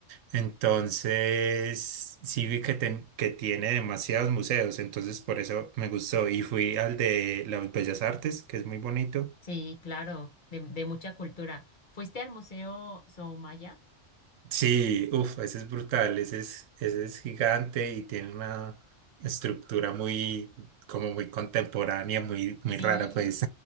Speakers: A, on the right; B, on the left.
A: Entonces, sí vi que, ten- que tiene demasiados museos, entonces por eso me gustó y fui al de las Bellas Artes, que es muy bonito.
B: Sí, claro, de, de mucha cultura. ¿Fuiste al Museo Soumaya?
A: Sí, uff, ese es brutal, ese es, ese es gigante y tiene una estructura muy, como muy contemporánea, muy, muy
B: Sí,
A: rara, pues.